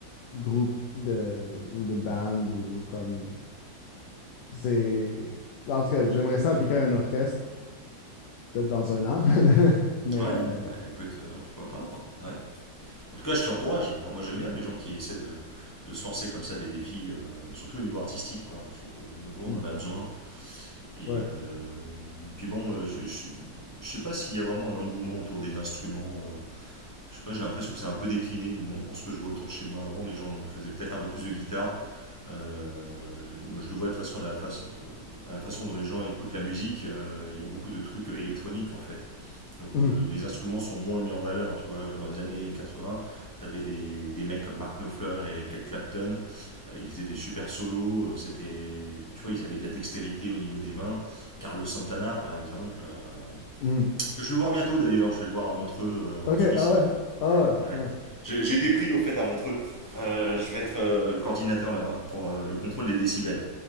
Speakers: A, on the left (about 65°); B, on the left (about 25°).
A: groupe de, ou de band ou comme c'est... En tout cas, j'aimerais ça appliquer à un orchestre, peut-être dans un an. <laughs> Mais
B: Ouais,
A: euh,
B: bah écoute, euh, pourquoi pas. hein. Ouais. En tout cas, je t'y encourage. Enfin, moi, j'aime bien les gens qui essaient de, de se lancer comme ça des défis, euh, surtout au niveau artistique. Quoi. Je trouve que de nos jours,
A: hmm,
B: on en a besoin. Et,
A: ouais.
B: euh, et puis bon, euh, je, ne sais pas s'il y a vraiment un engouement autour des instruments. euh, je sais pas, j'ai l'impression que c'est un peu décliné, du moins pour ce que je vois autour de chez moi. Avant, les gens faisaient peut-être un peu plus de guitare. Euh, moi, je le vois de façon à la, face- euh, à la façon dont les gens écoutent la musique. euh, Il y a beaucoup de trucs électroniques en fait. Donc
A: <laughs> Mhm,
B: euh, les instruments sont moins mis en valeur, tu vois. Dans les années 80, t'avais des, des mecs comme Mark Knopfler et Cal Clapton, euh, ils faisaient des super solos, euh, c'était, bah, tu vois, ils avaient de la dextérité au niveau des mains. Carlos Santana, par exemple, euh,
A: mhm.
B: que je vais voir bientôt d'ailleurs, je vais le voir à Montreux euh,
A: OK,
B: en Suisse.
A: ah ouais.
B: euh,
A: Ah,
B: ouais, ouais.
A: nice.
B: J'ai j'ai été pris au fait à Montreux. Euh, je vais être euh, coordinateur là-bas pour euh, le contrôle des décibels.